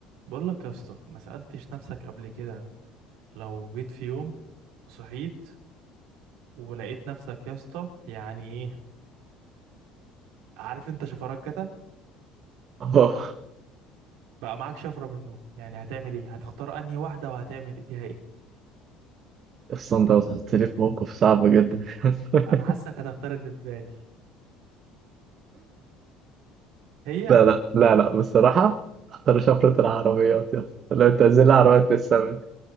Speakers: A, on the right; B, on the right.
A: بقول لك يا اسطى ما سألتش نفسك قبل كده لو جيت في يوم صحيت ولقيت نفسك يا اسطى يعني ايه عارف انت شفرات جتا
B: اه
A: بقى معاك شفرة منه يعني هتعمل ايه هتختار انهي واحدة وهتعمل بيها ايه
B: اصلا انت بتحطني في موقف صعب جدا <laughs>
A: انا حاسك هتختار اللي في بالي هي
B: لا لا لا لا بصراحة اختار شفرة العربيات يا اسطى لو تنزل
A: لا
B: عربيات في السماء